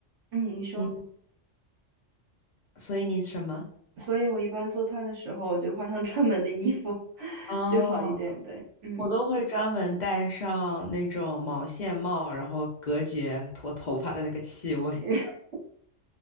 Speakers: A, on the right (about 70°); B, on the left (about 55°).
A: 嗯，你说，
B: 嗯，所以你什么？
A: 所以我一般做菜的时候，我就换上专门的衣服 <laughs>
B: 哦，
A: 就好一点，呗。嗯，
B: 我都会专门戴上那种毛线帽，然后隔绝我头发的那个气味。
A: <laughs>